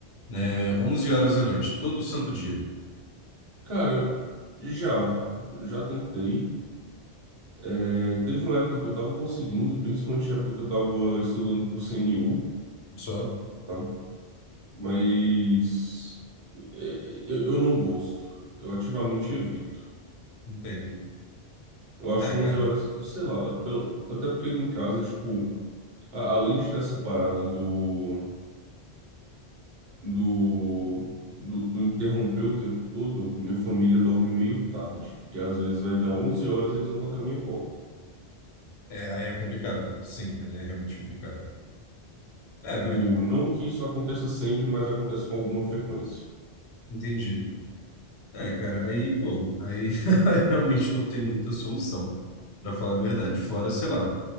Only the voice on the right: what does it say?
Cara, já, já tentei. É, teve uma época que eu tava conseguindo, principalmente a época que eu tava estudando pro CNU,
tá? Mas é, eu, eu não gosto. Eu ativamente evito.
Eu acho
11
horas, sei lá, pelo- até porque aqui em casa, tipo, a- além dessa parada do do, do, do interromper o tempo todo, minha família dorme meio tarde. E às vezes vai dar 11 horas eles vão bater na minha porta.
Tipo,
não que isso aconteça sempre, mas acontece com alguma frequência.
Hum,